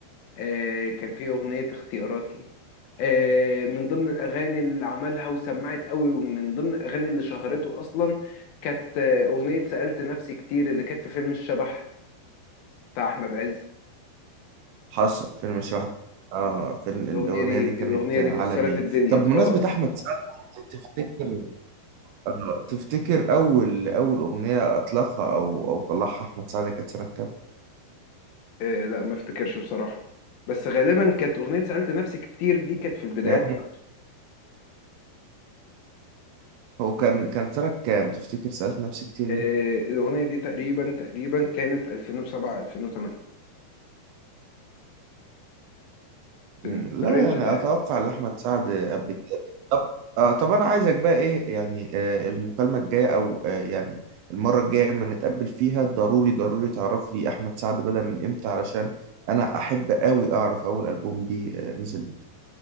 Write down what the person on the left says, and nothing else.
آه كان في اغنيه اختياراتي آه من ضمن الاغاني اللي عملها وسمعت قوي ومن ضمن الاغاني اللي شهرته اصلا كانت آه، اغنيه سالت نفسي كتير اللي كانت في فيلم الشبح بتاع احمد عز
الاغنيه دي
الاغنيه
دي كسرت الدنيا
اه
آه لا ما افتكرش بصراحة بس غالبا كانت أغنية سألت نفسي كتير دي كانت في البدايات
بتاعته
آه الأغنية دي تقريبا تقريبا كانت 2007 2008 في,
ال- في
الرينج
ده يعني.